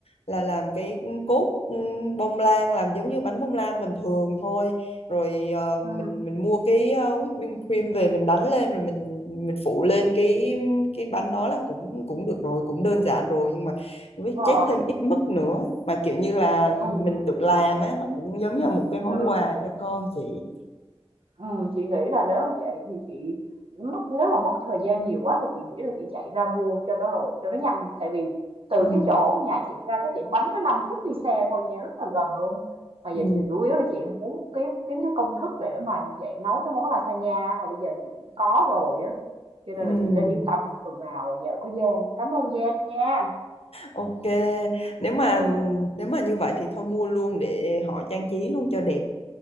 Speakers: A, on the left; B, on the right.
A: là làm cái cốt ừm, bông lan làm giống như bánh bông lan bình thường thôi rồi ờ, mình
B: Ừ.
A: mình mua cái ờ, whipping cream về mình đánh lên rồi mình mình phủ lên cái cái bánh đó là cũng cũng được rồi cũng đơn giản rồi nhưng mà với
B: Rồi.
A: chét thêm ít mứt nữa mà kiểu như là
B: Ừ.
A: mình tự làm á nó cũng giống như là một cái món
B: Ừ.
A: quà cho con chị
B: Ừ, chị nghĩ là nếu vậy thì chị mất nếu mà mất thời gian nhiều quá thì chị nghĩ là chị chạy ra mua cho nó rồi cho nó nhanh tại vì từ
A: ừ
B: cái chỗ nhà chị ra cái tiệm bánh nó 5 phút đi xe thôi nha rất là gần luôn mà giờ
A: ừ
B: chị chủ yếu là chị muốn kiếm kiếm cái công thức để mà dạy nấu cái món lasagna mà bây giờ chị cũng có rồi á cho nên
A: ừ
B: là chị đã yên tâm một phần nào rồi nhờ có Giang cảm ơn Giang nha
A: ok nếu mà
B: <laughs> ừ
A: nếu mà như vậy thì thôi mua luôn để họ trang trí luôn cho đẹp